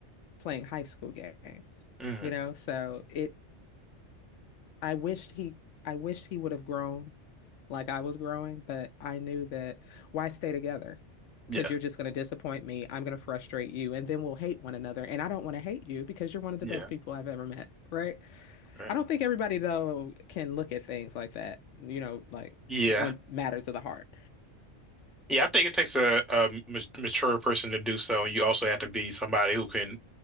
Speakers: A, on the left; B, in the centre.
A: playing high school games.
B: mm,
A: You know, so it I wished he I wished he would have grown like I was growing, but I knew that why stay together?
B: yeah.
A: Because you're just going to disappoint me. I'm going to frustrate you, and then we'll hate one another. And I don't want to hate you because you're one of the
B: Yeah.
A: best people I've ever met, right?
B: Right.
A: I don't think everybody though can look at things like that. You know, like
B: Yeah.
A: when matter to the heart.
B: Yeah. I think it takes a, a ma- mature person to do so. And you also have to be somebody who can